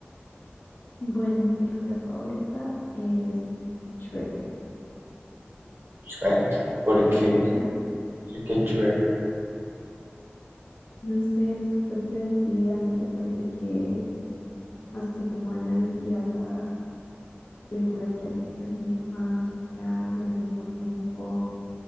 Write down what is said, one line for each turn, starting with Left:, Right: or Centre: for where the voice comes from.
Left: Bueno, mi película favorita es Shrek.
Right: Shrek, porque
Left: ¿Y la tuya?
Right: Enrique Shrek.
Left: No sé, es súper divertida, ¿no te parece que hace como analogías a películas que has visto en tu infancia y al mismo tiempo,